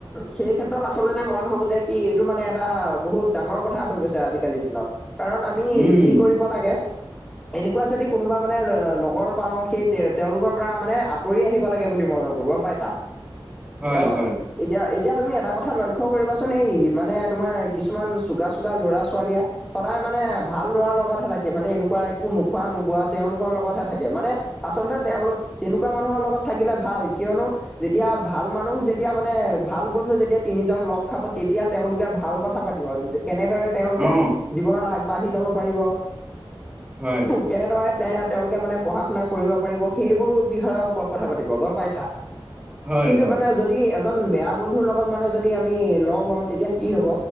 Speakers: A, in the centre; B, on the right.
A: সেই ক্ষেত্ৰত আচলতে মই ভাবো যে কি এইটো মানে এটা বহুত ডাঙৰ কথা হৈ গৈছে আজিকালিৰ দিনত কাৰণ আমি
B: উম
A: কি কৰিব লাগে। এনেকুৱা যদি কোনোবা মানে লগৰ পাওঁ সেই তে তেওঁলোকৰ পৰা মানে আতৰি আহিব লাগে বুলি মই ভাবো গম পাই চা
B: হয়
A: অঁ,
B: হয়
A: এতিয়া - এতিয়া এতিয়া তুমি এটা কথা লক্ষ্য কৰিবাচোন এই মানে তোমাৰ কিছুমান চুকা - চুকা লৰা ছোৱালীয়ে সদায় মানে ভাল ল'ৰাৰ লগতহে থাকে মানে এনেকুৱা একো নোখোৱা নোগোৱা তেওঁলোকৰ লগতহে থাকে মানে। আচলতে তেওঁলোক তেনেকুৱা মানুহৰ লগত থাকিলে ভাল, কিয়নো- যেতিয়া ভাল মানুহ যেতিয়া মানে ভাল বন্ধু যেতিয়া তিনিজন লগ খাব তেতিয়া। তেওঁলোকে ভাল কথা পাতিব যে কেনেদৰে তেওঁলোকে-
B: অ
A: জীৱনত আগবাঢ়ি যাব পাৰিব-
B: হয়
A: কেনেদৰে তে তেওঁলোকে মানে পঢ়া শুনা কৰিব পাৰিব সেইবোৰ বিষয়ৰ ওপৰত কথা পাতিব গম পাইছা। <inaudible>
B: হয়
A: কিন্তু
B: হয়
A: মানে যদি এজন বেয়া বন্ধুৰ লগত মানে যদি আমি লগ হওঁ তেতিয়া কি হব